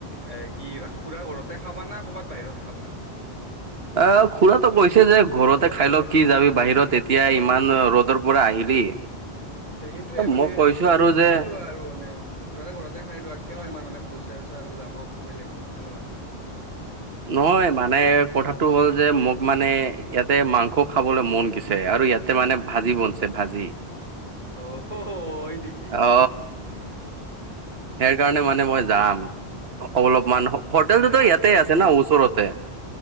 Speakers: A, on the right (about 30°); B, on the right (about 65°).
A: এ কি ৰা খুৰাৰ ঘৰতে খাবা না কৰ'বাত বাহিৰত খাবা?
B: অ খুৰাটো কৈছে যে ঘৰতে খায় ল, কি যাবি বাহিৰত এতিয়া ইমান ৰ'দৰ পৰা আহিলি।
A: তে সেইটোৱে মানে
B: মই কৈছো আৰু
A: খায়
B: যে
A: লোৱা আৰু মানে ঘৰতে ঘৰতে খায় লোৱা কিয় ইমাৰ মানে পইচা চইচা আৰু যাব বেলেগকে হয় নে নহয়?
B: নহয় মানে কথাটো হ'ল যে মোক মানে ইয়াতে মাংস খাবলৈ মন গছে আৰু ইয়াত তে মানে ভাজি বনছে ভাজি।
A: অ, হ হ হয় নি?
B: অ, সেকাৰণে মানে মই যাম, অলপমান হোটেলটোতো
A: এটা কাম
B: ইয়াতেই
A: কৰা
B: আছে
A: তুমি
B: ন ওচৰতে।